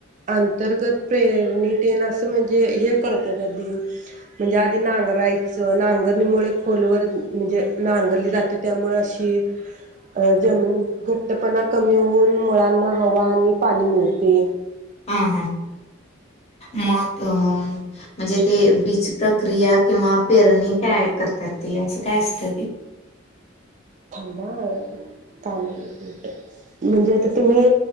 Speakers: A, on the right (about 40°); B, on the left (about 30°).
A: अंतर्गत? पेरणीतेन असं वेग जे हे करत्यात आदी, म्हंजे आदी नांगरायचं, नांगरणीमुळे खोलवर म्हंजे नांगरली जाते त्यामुळे अशी अं जमिनीत घट्टपना कमी होऊन मुळांना हवा आणि पानी मिळते.
B: हं हं मग अ म्हणजे ते बीजप्रक्रिया किंवा पेरणी काय करतात ते असं काय असत ते?
A: थांबा हं कामात होते. म्हणजे आता तुम्ही